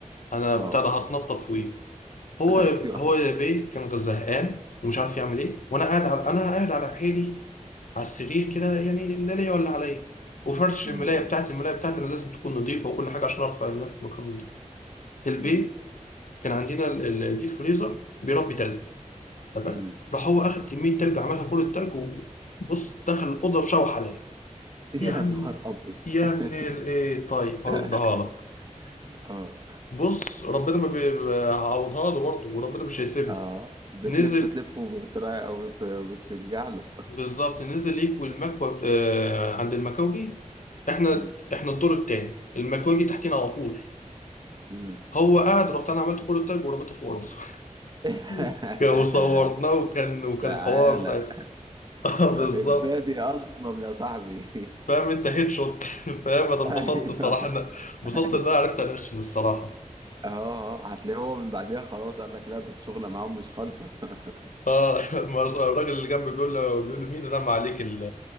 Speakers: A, on the left; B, on the right.
A: انا
B: آه.
A: بتاع ده هتنطط فوقيه هو
B: <laughs> ايوه
A: هو يا بيه كان زهقان ومش عارف يعمل ايه وانا قاعد على انا قاعد على حيلي على السرير كده يعني لا ليا ولا عليا وفرش
B: امم
A: الملايه بتاعتي الملايه بتاعتي انا لازم تكون نظيفه وكل حاجه عشان ارفع النفس في مكان نضيف البيه
B: امم
A: كان عندنا ال- الديب فريزر بيربي تلج تمام
B: أمم.
A: راح هو اخد كميه تلج عملها كل التلج وبص دخل الاوضه وشوح عليا
B: يا
A: يا عم
B: نهار ابيض
A: يا ابن
B: <laughs>
A: الايه طيب
B: <laughs>
A: هردها لك
B: اه
A: بص ربنا ما بي- ما هعوضها له برضه وربنا مش هيسيبني
B: اه بتلف
A: نزل
B: تلف وبترا او بت- بترجع له
A: بالظبط نزل يكوي المكوى آه، عند المكوجي احنا
B: مم.
A: احنا الدور التاني المكوجي تحتينا على طول
B: مم.
A: هو قاعد رحت انا عملت كل التاج ورميته فوق راسه
B: <laughs>
A: <laughs> كان- وصورناه وكان وكان
B: تعالى
A: حوار ساعتها <laughs> آه، بالظبط
B: البادي اظلم يا صاحبي
A: فاهم انت هيد شوت <laughs> فاهم انا اتبسطت
B: <laughs> ايوه
A: الصراحه انا اتبسطت
B: ايوه
A: ان انا عرفت انشن الصراحه
B: اه اه هتلاقيه هو من بعدها خلاص قال لك لا ده الشغله معاهم مش خالصه <laughs>
A: اه <laughs> ما رس- الراجل اللي جنبي بيقول له بيقول له مين رمى عليك ال